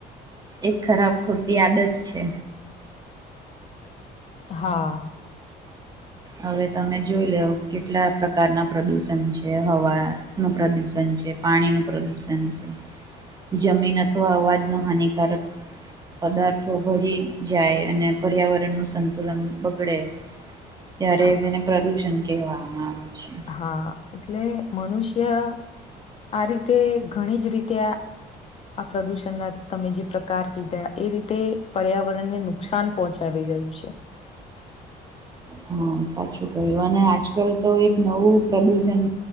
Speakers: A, on the right; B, on the left.
A: એક ખરાબ ખોટી આદત છે.
B: હા,
A: હવે તમે જોઈ લેવ કેટલા પ્રકારના પ્રદુષણ છે હવા નું પ્રદૂષણ છે પાણી નું પ્રદુષણ છે. જમીન અથવા અવાજનો હાનિકારક પદાર્થો ભળી જાય અને પર્યાવરણનું સંતુલન બગડે. ત્યારે
B: હા
A: તેને પ્રદુષણ કહેવામાં આવે છે.
B: હા એટલે મનુષ્ય આ રીતે ઘણી જ રીતે આ પ્રદુષણના તમે જે પ્રકાર કીધા એ રીતે પર્યાવરણ ને નુ નુકસાન પહોંચાડી રહય્યું છે.
A: હા સાચું ક્યું અને આજકાલ તો એક નવું પ્રદુષણ